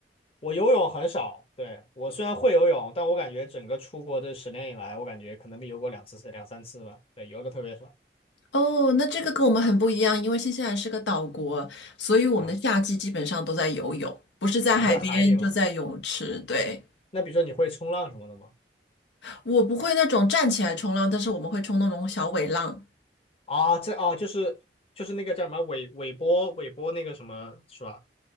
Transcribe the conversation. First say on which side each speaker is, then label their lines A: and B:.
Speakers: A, on the left (about 35°); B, on the left (about 80°).
A: 我游泳很少，对，我虽然会游泳，但我感觉整个出国这十年以来，我感觉可能没游过两次两三次吧，对，游的特别少
B: 哦，那这个跟我们很不一样，因为新西兰是个岛国，所以我们的夏季基本上都在游泳，
A: 啊
B: 不是在海边就在泳池。
A: 啊，这海里嘛。
B: 对，
A: 那比如说你会冲浪什么的吗？
B: 我不会那种站起来冲浪，但是我们会冲那种小尾浪。
A: 啊，这啊就是就是那个叫什么尾尾波尾波那个什么是吧？